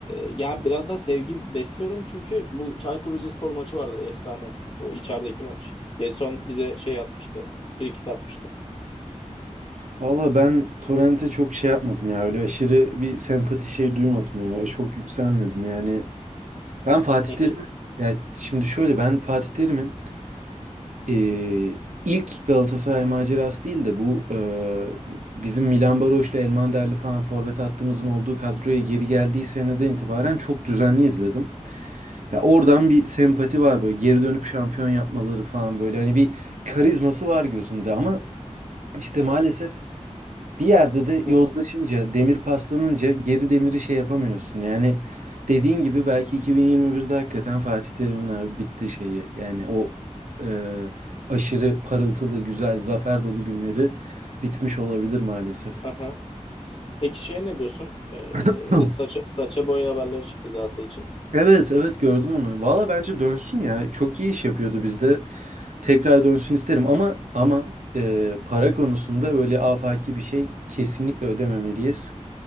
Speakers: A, on the left; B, on the right.
A: ya biraz da sevgi besliyorum çünkü bu Çaykur Rizespor maçı vardı efsane. O içerideki maç. Gedson bize şey atmıştı. Frikik atmıştı.
B: Valla ben Torrent'e çok şey yapmadım ya öyle aşırı bir sempati şey duymadım ya çok yükselmedim yani ben Fatih
A: Hı
B: Terim
A: hı,
B: ya şimdi şöyle ben Fatih Terim'in eee, ilk Galatasaray macerası değil de bu eee, bizim Milan Baroş'la Elmanderli falan forvet hattımızın olduğu kadroya geri geldiği seneden itibaren çok düzenli izledim. Ya oradan bir sempati var böyle geri dönüp şampiyon yapmaları falan böyle hani bir karizması var gözümde ama işte maalesef bir yerde de yozlaşınca,
A: hı hı.
B: demir paslanınca geri demiri şey yapamıyorsun. Yani dediğin gibi belki 2021'de hakikaten Fatih Terim'in abi bitti şeyi. Yani o e, aşırı parıltılı, güzel, zafer dolu günleri bitmiş olabilir maalesef.
A: Aha. Peki şey ne diyorsun? Ee,
B: <clears throat> Hı.
A: saça, saça boya haberleri çıktı Galatasaray için.
B: Evet, evet gördüm onu. Valla bence dönsün ya. Çok iyi iş yapıyordu bizde. Tekrar dönsün isterim ama ama e, para konusunda böyle afaki bir şey kesinlikle ödememeliyiz.